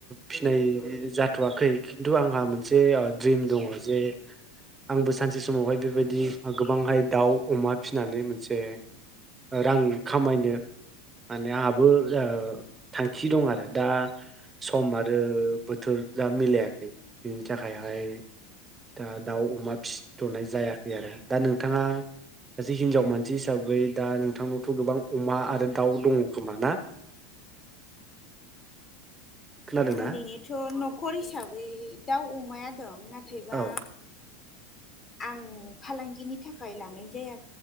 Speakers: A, on the right (about 15°); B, on the left (about 25°).
A: फिनाय जाथ'वाखै खिनथु आंहा मोनसे द्रिम दङ जे आंबो सानसे समावहाय बेबायदि गोबांहाय दाउ अमा फिनानै मोनसे रां खामायनो होननानै आंहा बो ओ थांखि दं आरो दा सम आरो बोथोर दा मिलायाखै बिनि थाखायहाय दा दाउ अमा फिसिथ'नाय जायाखै आरो दा नोंथाङा सासे हिनजाव मानसि हिसाबै दा नोंथांनावथ' गोबां अमा आरो दाउ दङ। खोमा ना? खोनादोंना
B: ओरैनोथ' न' न'खर हिसाबै दाउ अमाया दं नाथायबा
A: औ
B: आं फालांगिनि थाखाय लानाय जाया